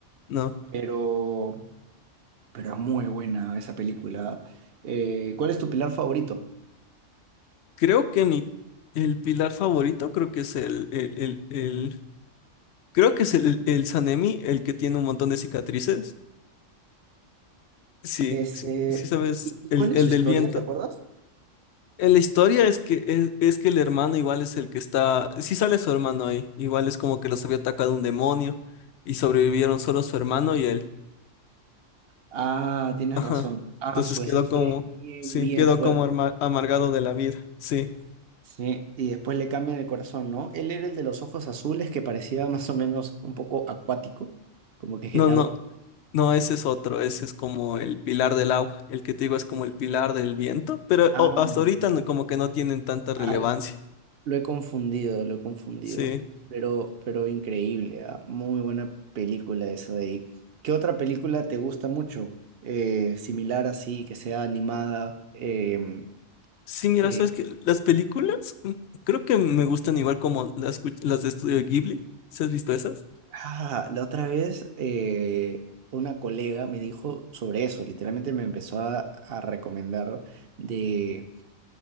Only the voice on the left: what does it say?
no.
Creo que mi, el pilar favorito creo que es el, el, el, el- creo que es el, el Sanemi, el que tiene un montón de cicatrices. Sí,
sí, sí sabes,
el,
el
del viento.
Eh, La historia es que es, es que el hermano igual es el que está, sí sale su hermano ahí, igual es como que los había atacado un demonio y sobrevivieron solo su hermano y él.
<laughs>
Ajá.
Entonces
quedó
como,
sí,
quedó
como arma- amargado de la vida, sí.
No,
no, no, ese es otro, ese es como el pilar del agua, el que te digo es como el pilar del viento, pero
oh, hasta
ahorita no- como que no tienen tanta
relevancia,
sí.
Sí, mira,
sabes que las películas mm, creo que me gustan igual como las, cu- las de Estudio Ghibli. ¿Sí has visto esas?